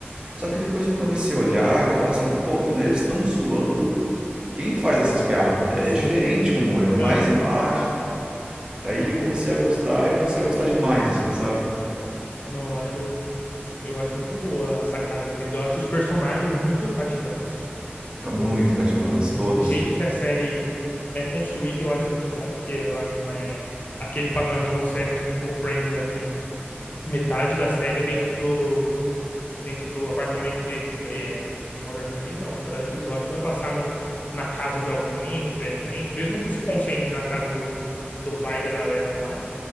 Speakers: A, on the right; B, on the left.
A: Só que depois eu comecei a olhar e falar assim, pô, né, eles estão zoando quem faz essas piadas. né?
B: sim.
A: É diferente o humor, é mais
B: Aham.
A: embaixo, cara. Daí eu comecei a gostar e passei a gostar demais, assim, sabe?
B: Não, eu acho, eu acho muito boa as sacadas deles. Eu acho os personagens muito cativantes.
A: Muito
B: O,
A: cativantes,
B: o,
A: todos.
B: o jeito que a série é construída eu acho muito bom, porque ela não é aquele padrãozão de série que, tipo, Friends é que metade da série é dentro do, dentro do apartamento deles. E é, o Modern Family não. Cada episódio vai passar no, na casa de alguém diferente, mesmo que se concentre na casa do, do pai da galera lá,